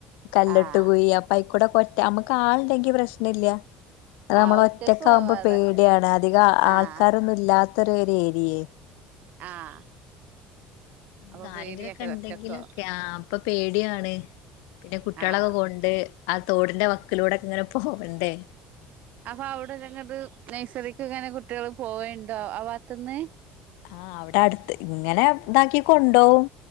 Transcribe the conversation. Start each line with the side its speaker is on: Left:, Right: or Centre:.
Left: കല്ലെട്ട്
Right: ആഹ്
Left: കുഴി അപ്പ് കൊറ്റമ് ഇങ്ങക്കാളെണ്ടെങ്കി പ്രശ്നല്ലാ അഹ്
Right: ആഹ്
Left: നമ്മള്
Right: ഒറ്റക്ക്
Left: ഒറ്റക്ക
Right: പോവാ
Left: ആകുമ്പോ
Right: അതൊക്കെ
Left: പേടിയാണ് അധികം
Right: ആഹ്
Left: ആൾക്കാരൊന്നും ഇല്ലാ ത് <unintelligible> ഏരിയെ
Right: ആഹ് അപ്പൊ
Left: ത്
Right: പേടിയാക്ക
Left: ആരെങ്കിലൊക്കെ ഉണ്ടെങ്കിലൊക്കെ
Right: ഒറ്റക്കോ
Left: ആ അപ്പൊ പേടിയാണ് പിന്നെ കുട്ട്യേളൊക്കെ
Right: ആഹ്
Left: കൊണ്ട് ആ തോടിന്റെ വക്കിലൂടെക്ക ഇങ്ങനെ പോവണ്ടേ
Right: അപ്പൊ അവിടെല്ലങ്ങത് നെഴ്സറി ക്ക്ഇങ്ങനെ കുട്ടികൾ പോവേണ്ടാ ആ വാത്ത്ന്ന്
Left: ആ അവിടെ അടുത്ത് ഇങ്ങനെ ഇതാക്കി കൊണ്ടോവും